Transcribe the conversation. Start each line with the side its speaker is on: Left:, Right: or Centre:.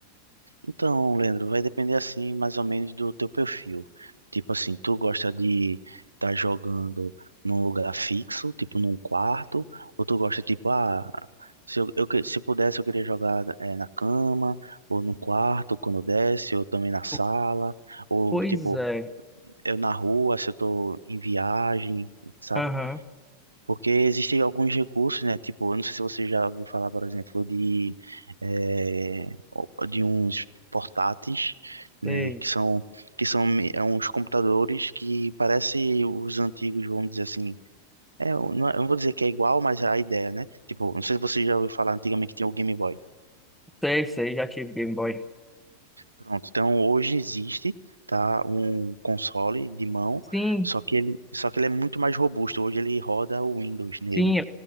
Right: Então, Leandro, vai depender assim, mais ou menos do teu perfil. Tipo assim, tu gosta de estar jogando num lugar fixo, tipo num quarto, ou tu gosta tipo, ah, se eu, eu que- se eu pudesse eu queria jogar eh, na cama, ou no quarto quando desce, ou também na sala,
Centre: Po-
Right: ou
Centre: Pois
Right: tipo
Centre: é.
Right: eu na rua se eu tô em viagem, sabe?
Centre: Aham.
Right: Porque existem alguns recursos, né? Tipo, eu não sei se você já ouviu falar, por exemplo, de, eh, o- de uns portáteis, né?
Centre: Sei,
Right: Que são, que são me- é uns computadores que parecem os antigos, vamos dizer assim. É, eu não, eu não vou dizer que é igual, mas é a ideia, né? Tipo, não sei se você já ouviu falar antigamente que tinha o Game Boy.
Centre: sei, sei, já tive Game Boy.
Right: Pronto, então hoje existe, tá? Um console de mão,
Centre: Sim,
Right: só que ele, só que ele é muito mais robusto. Hoje ele roda o Windows nele.
Centre: Sim,